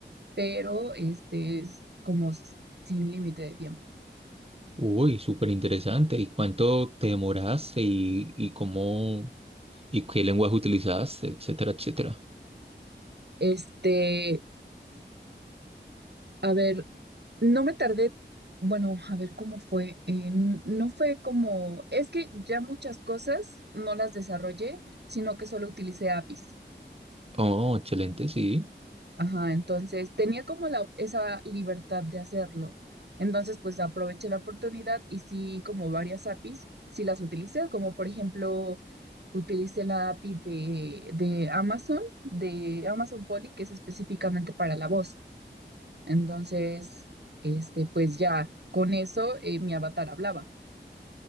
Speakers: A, on the right (about 60°); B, on the right (about 30°).
A: pero este es como s- sin límite de tiempo.
B: Uy, súper interesante. ¿Y cuánto te demoraste y, y cómo? y qué lenguaje utilizabas, etcétera, etcétera.
A: Este, a ver, no me tardé, bueno, a ver cómo fue. eh, n- no fue como, es que ya muchas cosas no las desarrollé, sino que solo utilicé APIs.
B: Oh, excelente, sí.
A: Ajá, entonces tenía como la, esa libertad de hacerlo. Entonces, pues aproveché la oportunidad y sí, como varias APIs, sí las utilicé, como por ejemplo, utilicé la API de, de Amazon, de Amazon Polly que es específicamente para la voz. Entonces, este, pues ya con eso eh, mi avatar hablaba.